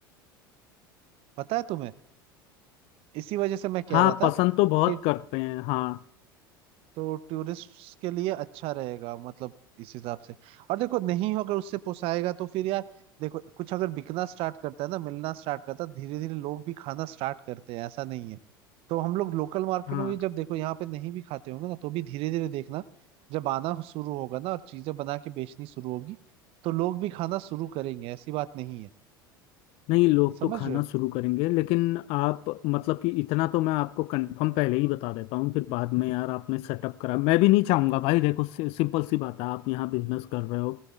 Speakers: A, on the right; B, on the left.
A: पता है तुम्हें इसी वजह से मैं कह
B: हाँ
A: रहा था
B: पसंद तो बहुत
A: कि
B: करते हैं हाँ
A: तो टूरिस्ट के लिए अच्छा रहेगा मतलब इस हिसाब से और देखो नहीं होगा उससे पोसाएगा तो फिर यार देखो कुछ अगर बिकना स्टार्ट करता है ना मिलना स्टार्ट करता है धीरे धीरे लोग भी खाना स्टार्ट करते हैं ऐसा नहीं है तो हम लोग लोकल मार्केट
B: हाँ
A: में भी जब देखो यहाँ पे नहीं भी खाते होंगे ना तो भी धीरे धीरे देखना जब आना शुरू होगा ना और चीजें बना के बेचनी शुरू होगी तो लोग भी खाना शुरू करेंगे ऐसी बात नहीं है
B: नहीं लोग
A: समझ
B: तो खाना
A: रहे हो
B: शुरू करेंगे लेकिन आप मतलब कि इतना तो मैं आपको कंफर्म पहले ही बता देता हूँ फिर बाद में यार आपने सेटअप करा मैं भी नहीं चाहूँगा भाई देखो सि, सिंपल सी बात है आप यहाँ बिजनेस कर रहे हो